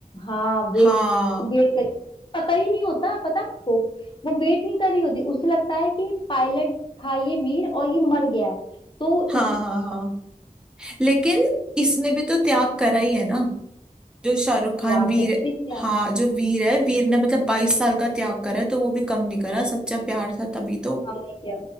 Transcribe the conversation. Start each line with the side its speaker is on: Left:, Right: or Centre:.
Left: हाँ
Centre: हाँ
Left: वेट वेट कर पता ही नहीं होता पता आपको वो वेट नहीं कर रही होती उसे लगता है कि पायलट था ये वीर और ये मर गया है तो उस
Centre: हाँ हाँ हाँ लेकिन इसने भी तो त्याग करा ही है ना जो शाहरुख खान
Left: त्याग
Centre: वीर
Left: तो उसने भी किया
Centre: हाँ जो वीर है वीर ने मतलब बाईस साल का त्याग करा है तो वो भी कम नहीं करा सच्चा प्यार था तभी तो
Left: हमने किया